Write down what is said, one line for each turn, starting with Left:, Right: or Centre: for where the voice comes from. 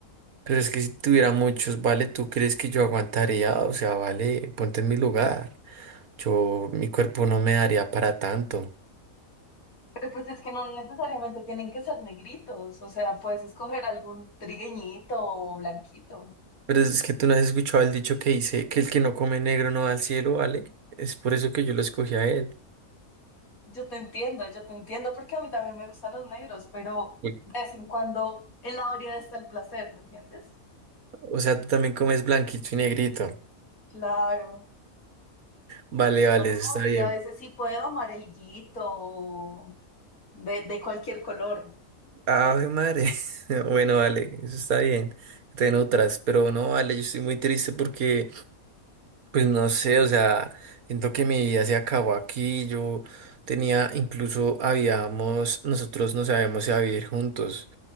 Right: Pero es que si tuviera muchos, Vale, ¿tú crees que yo aguantaría? O sea, Vale, ponte en mi lugar. Yo, mi cuerpo no me daría para tanto.
Left: Pero pues es que no necesariamente tienen que ser negritos, o sea, puedes escoger algún trigueñito o blanquito.
Right: Pero es que tú no has escuchado el dicho que dice que el que no come negro no va al cielo, ¿vale? Es por eso que yo lo escogí a él.
Left: Yo te entiendo, yo te entiendo porque a mí también me gustan los negros, pero
Right: Bueno,
Left: de vez en cuando en la variedad está el placer, ¿me entiendes?
Right: O sea, tú también comes blanquito y negrito.
Left: Claro,
Right: Vale,
Left: no,
Right: vale, eso está
Left: y
Right: bien.
Left: a veces sí puedo amarillito, o de, de cualquier color.
Right: Ave madre. <laughs> Bueno, vale, eso está bien. Te otras, pero no, vale, yo estoy muy triste porque, pues no sé, o sea, siento que mi vida se acabó aquí. Yo tenía, incluso habíamos, nosotros nos habíamos si a vivir juntos.